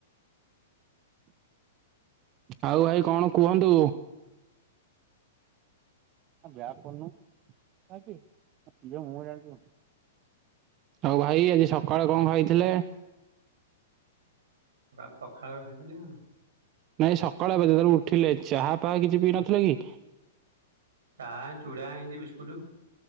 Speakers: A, on the right; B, on the right.
A: ଆଉ ଭାଇ କଣ କୁହନ୍ତୁ? ଆ ବ୍ୟାକ୍ କରୁନୁ କାହିଁକି <unintelligible> ଆଉ ଭାଇ ଆଜି ସକାଳେ କଣ ଖାଇଥିଲେ?
B: ବା ପଖାଳ ଖାଇଥିଲି ଆଉ।
A: ନାଇଁ ସକାଳେ ବା ଯେତଳେ ଉଠିଲେ ଚାହା ପାହା କିଛି ପିଇ ନଥିଲେ କି?
B: ଚା, ଚୁଡ଼ା, ଏନ୍ତି ବିସ୍କୁଟ।